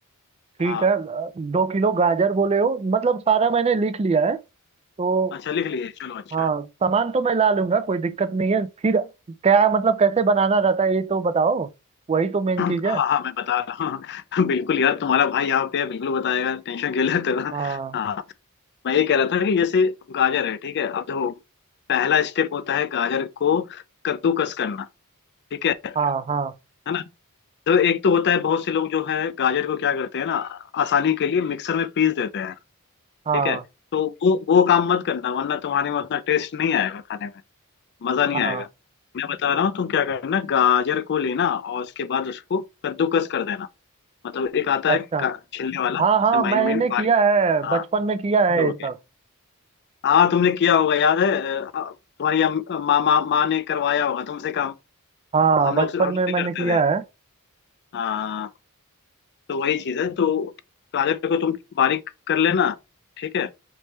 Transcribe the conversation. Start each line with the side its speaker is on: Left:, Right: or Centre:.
Right: ठीक
Left: हाँ
Right: है अ, दो किलो गाजर बोले हो मतलब सारा मैंने लिख लिया है तो
Left: अच्छा लिख लिए चलो अच्छा
Right: हाँ
Left: है
Right: सामान तो मैं ला लूंगा कोई दिक्कत नहीं है फिर क्या मतलब कैसे बनाना रहता है ये तो बताओ वही तो मेन
Left: <clears throat> हाँ
Right: चीज है
Left: हाँ मैं बता रहा हूँ <laughs> बिल्कुल यार तुम्हारा भाई यहाँ पे है, बिल्कुल बताएगा टेंशन क्यों लेते हो
Right: हाँ
Left: हाँ मैं ये कह रहा था कि जैसे गाजर है ठीक है अब देखो पहला स्टेप होता है गाजर को कद्दूकस करना ठीक है
Right: हाँ हाँ
Left: है ना तो एक तो होता है बहुत से लोग जो है गाजर को क्या करते हैं ना आसानी के लिए मिक्सर में पीस देते हैं
Right: हाँ
Left: ठीक है तो वो वो काम मत करना वरना तुम्हारे में उतना टेस्ट नहीं आएगा खाने में मजा नहीं
Right: हाँ
Left: आएगा मैं बता रहा हूँ तुम क्या करना गाजर को लेना और उसके बाद उसको कद्दूकस कर देना मतलब एक आता
Right: अच्छा
Left: है का- छिलने वाला
Right: हाँ हाँ
Left: उससे महीन
Right: मैंने
Left: महीन
Right: किया
Left: बारीक
Right: है
Left: हाँ
Right: बचपन में किया है
Left: ये हो
Right: ये सब
Left: गया हाँ तुमने किया होगा याद है अ, तुम्हारी अम- माँ माँ माँ ने करवाया होगा तुमसे काम
Right: हाँ
Left: हम
Right: बचपन
Left: लोग से- हम लोग
Right: में
Left: भी
Right: मैंने
Left: करते
Right: किया
Left: थे
Right: है
Left: हाँ तो वही चीज है तो गाजर को तुम बारीक कर लेना ठीक है